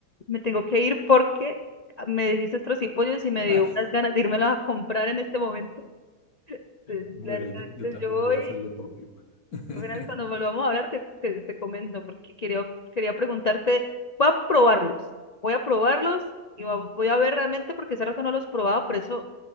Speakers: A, on the left (about 80°); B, on the left (about 60°).
A: me tengo que ir porque me dijiste trocipollos y me dio
B: <laughs>
A: unas ganas de irmelos a comprar en este momento. Entonces,
B: Bueno,
A: la verdad, entonces
B: yo también
A: yo voy
B: voy a hacer lo propio. <laughs>
A: Verás, Cuando volvamos a hablar te, te, te comento porque quería, quería preguntarte, voy a probarlos, voy a probarlos y va- voy a ver realmente porque hace rato no los probaba, por eso